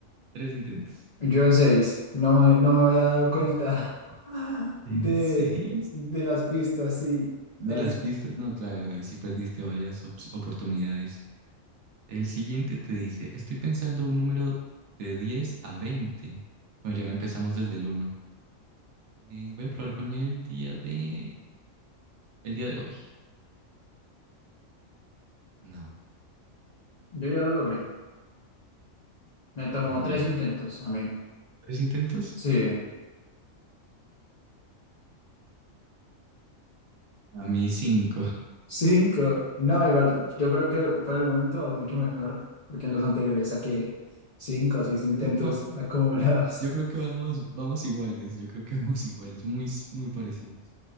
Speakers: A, on the right; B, on the left.
A: tres intentos.
B: Yo en seis. No me, no me había dado cuenta
A: Uy. <laughs>
B: <laughs>
A: En
B: de,
A: seis
B: de las pistas, sí.
A: de
B: Ay,
A: las pistas. No, claro, ahí sí perdiste varias op- oportunidades. El siguiente te dice, estoy pensando un número de 10 a 20. Bueno, ya no empezamos desde el uno. Eh, voy a probar con el día de... el día de hoy. No.
B: yo ya lo logré. Me tomó
A: Mm,
B: tres intentos a mí.
A: ¿tres intentos?
B: Sí.
A: A mí cinco.
B: Cinco. No, igual, yo creo que para el momento es mucho mejor, porque en los anteriores saqué cinco o seis intentos
A: Yo creo que, va-
B: acumulados.
A: yo
B: <laughs>
A: creo que vamos, vamos iguales, yo creo que vamos iguales, muy, s- muy parecidos.